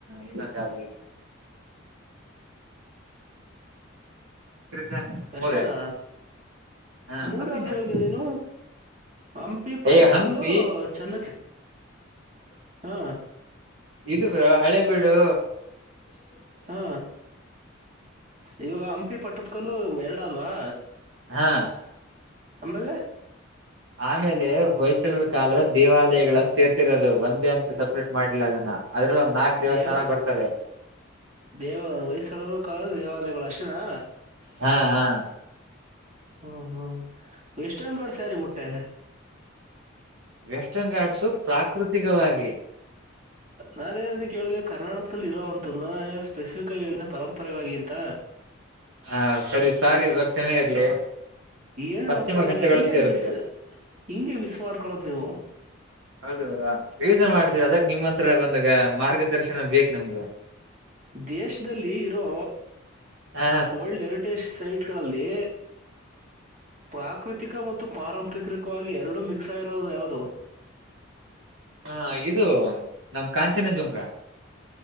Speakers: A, on the right; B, on the right.
A: ಇನ್ನೊಂದು ಯ್ದ ಇದೆ ಕೃತಾನೆ
B: ಅಷ್ಟನಾ
A: ಮೂರೇ ಹಾ
B: ಮೂರ
A: ಮತ್ತಿನ್ಯಾವ್ದು
B: ಯಾವ್ದ ಹೇಳ್ದೇವ ನೀನು ಹಂಪಿ, ಪಟ್ಟದಕಲ್ಲು,
A: ಏ ಹಂಪಿ
B: ಚೆನ್ನಕ್ ಹಾ,
A: ಇದು ಬ್ರ ಹಳೆ ಬಿೀಡು
B: ಹಾ ಇವಾಗ ಹಂಪಿ ಪಟ್ಟದ ಕಲ್ಲು ಎರಡ ಆದ್ವಾ
A: ಹಾ
B: ಅಮೇಲೆ
A: ಆಮೇಲೆ ಹೊೋಯ್ಸ್ಳದ ಕಾಲದ ದೇವಾಲಯಗಳನ್ನು ಸೇರ್ಸಿರೋದು ಒಂದೇ ಅಂತ ಟ್ ಮಾಡಲಿಲ್ಲ ಅದನ್ನ ಅದ್ರಲ್ಲಿ ಒಂದು ನಾಕಕ್ ದೇವಸ್ಥಾನ
B: ದೇವ
A: ಬರ್ತವೆ
B: ದೇವ ವಯಸ್ಸಳೋರ ಕಾಲದ ದೇವಾಲಯಗಳು ಅಷ್ಟೇನಾ
A: ಹಾ ಹಾ
B: ಹ್ಮ ಹ್ಮ್ ವಷಗಢ ಸಾರಿ ಬುಟ್ಟೆ
A: ವೆಸ್ಟರ್ನ್ ರಾಡ್ಸು ಪ್ರಾಕೃತಿಕವಾಗಿ
B: ನಾನೇಏನ ಕೇಳಿದೆ ಕರ್ನಾಟಕದಲ್ಲಿ ಇರೋ ಅಂತದ ಸ್ಪೆಸಿಫಿಕ್ ಆಗಿ ಹೇಳನ ಪರಂಪರೆವಾಗಿ ಎಂತ
A: ಹಾ ಸರಿ ಸಾರಿ ಇವ ಕ್ಷಣೇ ಇರ್ಲಿ
B: ಏನಪ್ಪಾ
A: ಪಶ್ಚಿಮ
B: ನೀನು
A: ಘಟ್ಟಗಳು
B: ಹಂಗೆ
A: ಸೇರುತ್ತೆ
B: ಮಿಸ್ ಹಿಂಗಗೆ ಮಿಸ್ ಮಾಡ್ಕೊಳೋದ್ ನೀವು
A: ಹೌದ್ರಾ ಯಜನ್ ಮಾಡ್ದರ ಅದಕ್ ನಿಮ್ಮ ಹತ್ರ ಬಂದಾಗ ಮಾರ್ಗದರ್ಶನ ಬೇಕಕ್ ನಮ್ಗ
B: ದೇಶದಲ್ಲಿ ಇರೋ
A: ಹ
B: ವರ್ಲ್ಡ್ ಹೆರಿಟೇಜ್ ಸೈಟ್ಗಳಲ್ಲಿ ಪ್ರಾಕೃತಿಕ ಮತ್ತು ಪಾರಂಪರಿಕವಾಗಿ ಎರಡೂ ಮಿಕ್ಸ್ ಆಗಿರೋದು ಯಾವು್ದದು
A: ಹಾ ಇದು ನಮ್ ಕಾಂಚನಜುಂಗ